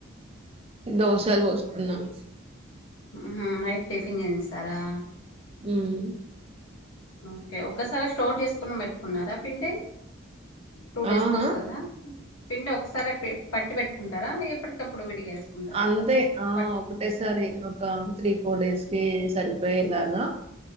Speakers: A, on the right; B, on the left.
A: దోశలు పోస్తున్నాం
B: ఊహూ నైట్ టిఫిన్ చేయింస్తారా
A: హ్మ్
B: ఓకే ఒక్కసారే స్టోర్ చేసుకుని పెట్టుకున్నారా పిండి టూ డేస్
A: ఆ!
B: కి వస్తదా
A: ఆ!
B: పిండి ఒకసారే పే పట్టి పెట్టుకుంటారా ఎప్పటికప్పుడు విడిగా వేసుకుంటారా
A: అంతే ఆ
B: పట్
A: ఒకటేసారి ఒక త్రీ ఫోర్ డేస్ కీ సరిపోయేలాగా